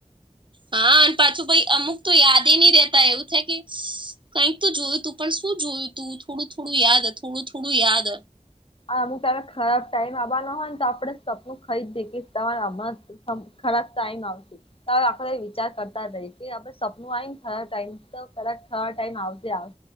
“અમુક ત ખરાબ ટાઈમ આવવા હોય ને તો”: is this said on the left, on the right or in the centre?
Left